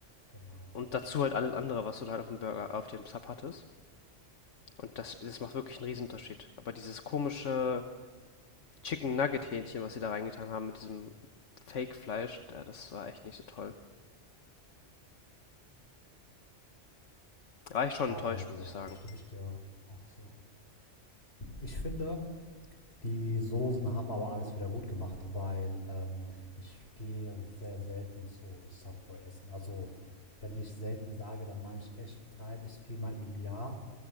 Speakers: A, on the left (about 55°); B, on the left (about 80°).
A: genau.
B: Und dazu halt alles andere, was du da halt auf dem Burger, auf dem Sub hattest. Und das, das macht wirklich einen Riesenunterschied. Aber dieses komische Chicken Nugget Hähnchen, was sie da reingetan haben mit diesem Fake Fleisch, da, das war echt nicht so toll. Da war ich schon
A: Ja,
B: enttäuscht,
A: da, da,
B: muss ich sagen.
A: da stimme ich dir auch zu. Ich finde, Die Soßen haben aber alles wieder gut gemacht, weil ähm, ich gehe sehr selten zu Subway essen. Also wenn ich selten sage, dann meine ich echt drei bis viermal im Jahr.